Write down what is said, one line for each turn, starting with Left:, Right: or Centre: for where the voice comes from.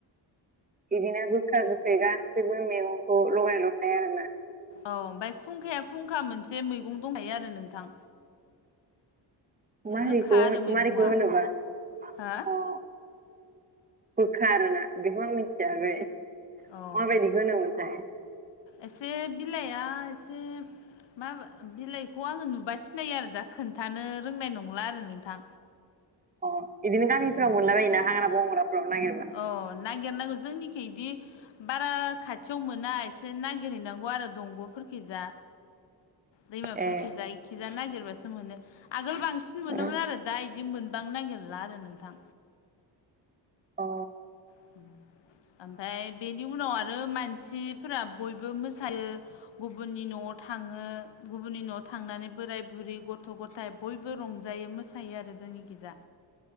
Right: बिदिनो गोखा गोखै गासैबो मैगंखौ लगाय ल'थाय आरोना।
Left: औ ओमफ्राय खुंखाया खुंखा मोनसे मैगं दंखायो आरो नोंथां।
Right: <unintelligible>
Left: गोखा आरो मैगङा हो
Right: गोखा आरोना बेखौ आं मिथिया बे
Left: औ
Right: माबायदिखौ होनोमोनथाय
Left: एसे बिलाइआ एसे मा बिलाइखौ आङो नुबा सिनायो आरो दा खोन्थानो रोंनाय नंला आरो नोंथां।
Right: अ बिदिनो गामिफ्राव मोनला बायोना हाग्रा बंग्राफ्राव नागिर
Left: ओ नागिरनांगौ जोंनिखि इदि बारा खाथियाव मोना एसे नागिरहैनांगौ आरो दंग'फोरखिजा। दैमाफोरखिजा
Right: ए
Left: इखिजा नागिरबासो मोनो आगोल बांसिन मोनोमोन
Right: अ
Left: आरो दा बिदि मोन गोबां नागिरला आरो नोंथां।
Right: अ।
Left: <inaudible> ओमफ्राय बेनि उनाव आरो मानसिफोरा बयबो मोसायो गुबुननि न' थाङो गुबुननि न'आव थांनानै बोराय बुरि गथ' गथाइ बयबो रंजायो मोसायो आरो जोंनिखिजा